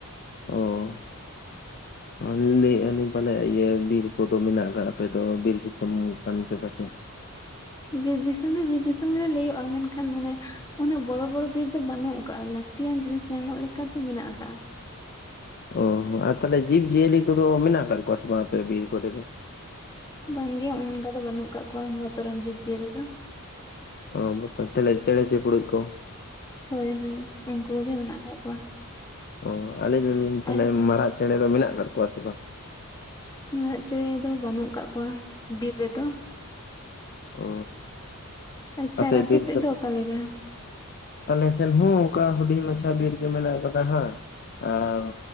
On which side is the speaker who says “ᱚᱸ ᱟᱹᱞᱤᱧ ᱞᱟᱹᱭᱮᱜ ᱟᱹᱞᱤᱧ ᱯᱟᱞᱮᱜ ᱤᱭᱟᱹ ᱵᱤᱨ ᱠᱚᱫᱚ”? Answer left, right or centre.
Left